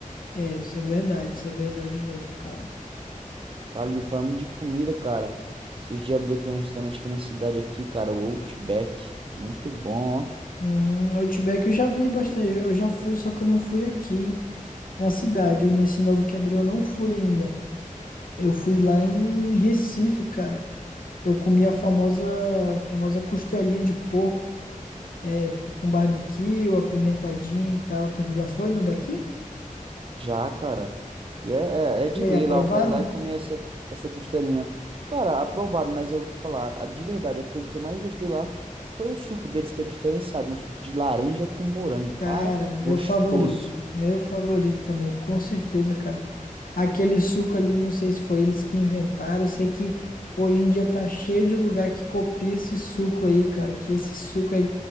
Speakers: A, on the left (about 85°); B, on the right (about 40°).
A: É, isso é verdade, isso é verdade mesmo, cara.
B: Cara, e falando de comida, cara, esses dias abriu aqui um restaurante aqui na cidade aqui, cara, o Outback, muito bom, ó,
A: Hum, Outback eu já vi bastante. Eu já fui, só que eu não fui aqui na cidade. E Nesse novo que abriu eu não fui ainda. Eu fui lá em Recife, cara. Eu comi a famosa, famosa costelinha de porco, é, com barbecue, apimentadinho e tal. Tu já foi no daqui?
B: já, cara. E é, é, é de
A: E aí,
B: lei
A: aprovado?
B: lá, o cara ir lá e comer essa, essa costelinha. Cara, aprovado, mas eu vou te falar, a- de verdade, a coisa que eu mais gostei lá foi o suco deles, que é diferenciado, um suco de laranja com morango,
A: Cara,
B: cara,
A: meu
B: gostoso.
A: favorito. Meu favorito também, com certeza, cara. Aquele suco ali, não sei se foi eles que inventaram. Eu sei que hoje em dia tá cheio de lugar que copia esse suco aí, cara. Que esse suco é,